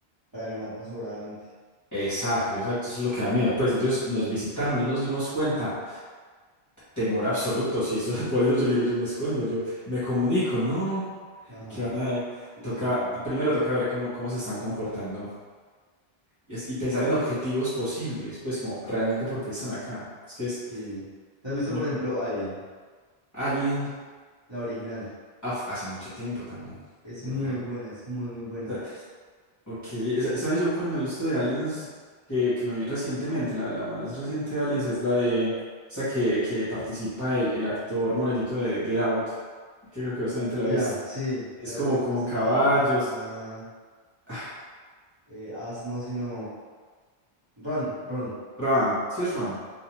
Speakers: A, on the right; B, on the left.
A: para ganarnos sobradamente.
B: Exacto, exacto. Eso es lo que da miedo. Pues ellos nos visitaron, no nos dimos cuenta. Temor absoluto. Si eso, <laughs> por eso yo le digo, yo me escondo, yo me comunico. No,
A: Ajá.
B: que van a.
A: Sí,
B: Toca,
A: claro, entiendo.
B: primero toca ver cómo, cómo se están comportando. Y, es- y pensar
A: Y-
B: en objetivos posibles, pues como realmente por qué están acá. Es que es,
A: Sí. ¿Te has visto,
B: es muy
A: por
B: complejo.
A: ejemplo, Alien?
B: Alien
A: La original.
B: af- hace mucho tiempo también,
A: Es
B: yo
A: muy
B: creo.
A: buena, es muy, muy buena.
B: Sa- Ok, sa- ¿sabes yo cuál me he visto de Aliens que, que me vi recientemente? La, la más reciente de Aliens es la de esa que, que participa el, el actor morenito de Get Out, que creo que vos también te la
A: Ya,
B: viste.
A: sí.
B: Es
A: La
B: como
A: película
B: con
A: se
B: caballos.
A: llama.
B: Ah,
A: Eh, As no, sino. Run, Run,
B: Ron, sí es Ron.